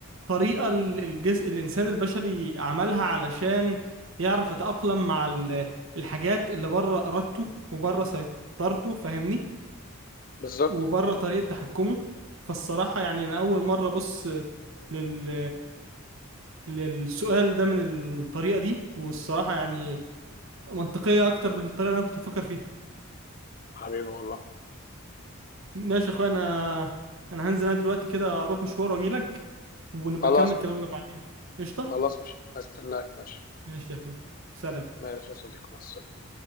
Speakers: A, on the right; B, on the left.
A: طريقة ال- الجزء الإنسان البشري عملها علشان يعرف يتأقلم مع ال- الحاجات اللي بره إرادته وبره سيطرته فاهمني
B: بالظبط
A: وبره طريقة تحكمه فالصراحة يعني أنا أول مرة أبص لل... للسؤال ده من الطريقة دي والصراحة يعني منطقية أكتر من الطريقة اللي أنا كنت بفكر فيها
B: حبيبي والله
A: ماشي يا أخويا أنا أنا هنزل أنا دلوقتي كده أروح مشوار وأجيلك ونبقى
B: خلاص
A: نكمل كلامنا
B: ماشي
A: بعدين قشطة
B: خلاص قشطة. هستناك ماشي
A: ماشي يا أخويا سلام
B: ماشي يا صديقي مع السلامه